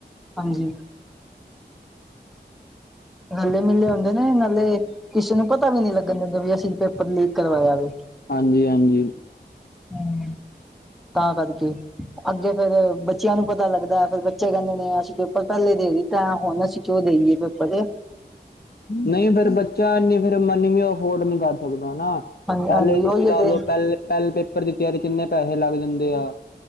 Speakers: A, in the centre; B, on the left (about 60°).
A: ਹਾਂਜੀ। ਰੱਲੇ-ਮਿੱਲੇ ਹੁੰਦੇ ਨੇ ਨਾਲੇ ਕਿਸੇ ਨੂੰ ਪਤਾ ਵੀ ਨੀ ਲੱਗਣ ਦਿੰਦੇ ਵੀ, ਅਸੀ ਪੇਪਰ ਲੀਕ ਕਰਵਾਯਾ ਵੇ।
B: ਹਾਂਜੀ-ਹਾਂਜੀ।
A: ਹੁੰ, ਤਾਂ ਕਰਕੇ। ਅੱਗੇ ਫੇਰ ਬੱਚਿਆਂ ਨੂੰ ਪਤਾ ਲੱਗਦਾ ਫੇਰ ਬੱਚੇ ਕੈਂਦੇ ਨੇ ਅਸੀ ਪੇਪਰ ਪੈਲੇ ਦੇ ਤਾਂ ਹੋਨ ਅਸੀ ਕਿਉਂ ਦੇਈਏ ਪੇਪਰ।
B: ਨਈਂ, ਫੇਰ ਬੱਚਾ ਏਨੀ ਫੇਰ ਮਨੀ ਵੀ ਅਫੋਰਡ ਨਈਂ ਕਰ ਸਕਦਾ ਨਾ।
A: ਹਾਂਜੀ
B: ਪੈਲੇ
A: ਹਾਂਜੀ
B: ਤੁਸੀਂ
A: ਉਹੀ
B: ਲਾਲੋ,
A: ਤੇ
B: ਪੈਲੇ ਪੈਲੇ ਪੇਪਰ ਦੀ ਤੀਆਰੀ ਚ ਇੰਨੇ ਪੈਹੇ ਲੱਗ ਜਾਂਦੇ ਆ।